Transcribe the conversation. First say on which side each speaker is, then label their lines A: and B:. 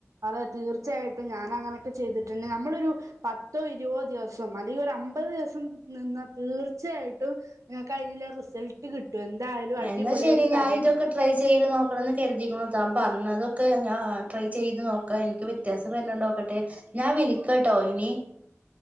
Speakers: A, on the right; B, on the right.
A: അത തീർച്ചയായിട്ടും ഞാന ങ്ങനെയൊക്കെ ചെയ്തിട്ടുണ്ടെ നമ്മളൊരു പത്തോ ഇരുപോ ദിവസം അല്ലെങ്കിൽ ഒരു അമ്പത് ദിവസം നിന്നാ തീർച്ചയായിട്ടും നിങ്ങൾക്ക് അയ്നുള്ള റിസൾട്ട് കിട്ടും എന്തായാലും അടിപൊളിയായിട്ട്
B: എന്നാ ശരി ഞാൻ
A: തടി
B: ഇതൊക്കെ
A: കുറയും
B: ട്രൈ ചെയ്ത് നോക്കണംന്ന് കരുതിക്ക്ണൂ ത ന്നാതൊക്കെ ഞാ ട്രൈ ചെയ്ത് നോക്കാ എനിക്ക് വ്യത്യാസം വരുന്നുണ്ടോ നോക്കട്ടെ ഞാൻ വിളിക്കട്ടോ ഇനി